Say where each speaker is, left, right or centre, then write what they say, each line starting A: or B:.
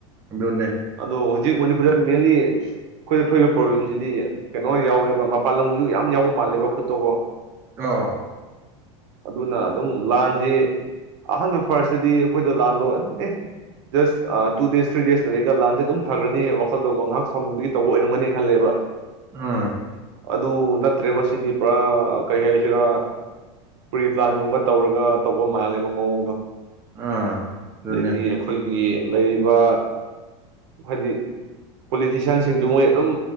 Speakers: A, on the right; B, on the right.
A: ꯕꯤꯟꯅꯦ
B: ꯑꯗꯣ ꯍꯧꯖꯤꯛ ꯃꯅꯤꯄꯨꯔꯗ ꯃꯦꯟꯂꯤ ꯑꯩꯈꯣꯏꯗ ꯊꯣꯛꯏꯕ ꯄ꯭ꯔꯣꯕ꯭ꯂꯦꯝꯁꯤꯗꯤ ꯀꯩꯅꯣ ꯌꯥꯎꯔꯤ ꯃꯄꯥꯟ ꯂꯝꯒꯤꯁꯨ ꯌꯥꯝ ꯌꯥꯎꯕ ꯃꯥꯜꯂꯦꯕ ꯈꯨꯠꯇꯣꯀꯣ
A: ꯑ
B: ꯑꯗꯨꯅ ꯑꯗꯨꯝ ꯂꯥꯟꯁꯤ ꯑꯍꯥꯟꯕ ꯐꯥꯔꯁꯇꯗꯤ ꯑꯩꯈꯣꯏꯗꯣ ꯂꯥꯟꯗꯣ ꯑꯗꯨꯝ ꯑꯦ ꯖꯁ ꯇꯨ ꯗꯦꯁ ꯊ꯭ꯔꯤ ꯗꯦꯖꯇ ꯂꯩꯒ ꯂꯥꯟꯁꯦ ꯑꯗꯨꯝ ꯐꯈ꯭ꯔꯅꯤ ꯋꯥꯈꯜꯗꯧꯕ ꯉꯥꯏꯍꯥꯛ ꯁꯥꯎꯅꯤꯡꯕꯒꯤ ꯇꯧꯕ ꯑꯣꯏꯔꯝꯒꯅꯤ ꯈꯜꯂꯦꯕ
A: ꯎꯝ
B: ꯑꯗꯨ ꯅꯠꯇ꯭ꯔꯦꯕ ꯁꯤꯗꯤ ꯄꯨꯔꯥ ꯀꯩ ꯍꯥꯏꯁꯤꯔꯥ ꯄ꯭ꯔꯤꯄ꯭ꯂꯥꯟꯒꯨꯝꯕ ꯇꯧꯔꯒ ꯇꯧꯕ ꯃꯥꯜꯂꯦꯕ ꯃꯑꯣꯡꯗꯣ
A: ꯑꯥ ꯑꯗꯨꯅꯦ
B: ꯑꯗꯩꯗꯤ ꯑꯩꯈꯣꯏ ꯑꯩꯈꯣꯏꯒꯤ ꯂꯩꯔꯤꯕ ꯍꯥꯏꯗꯤ ꯄꯣꯂꯤꯇꯤꯁꯤꯌꯥꯟꯁꯤꯡꯗꯨ ꯃꯣꯏ ꯑꯗꯨꯝ